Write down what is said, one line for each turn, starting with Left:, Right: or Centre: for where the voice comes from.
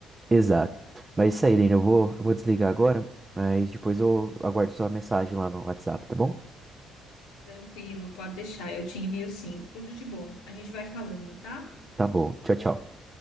Right: Exato. Mas é isso aí, Lina, eu vou, eu vou desligar agora, mas depois eu aguardo sua mensagem lá no WhatsApp, tá bom?
Left: Tranquilo, pode deixar, eu te envio sim, tudo de bom. A gente vai falando, tá?
Right: Tá bom. Tchau, tchau.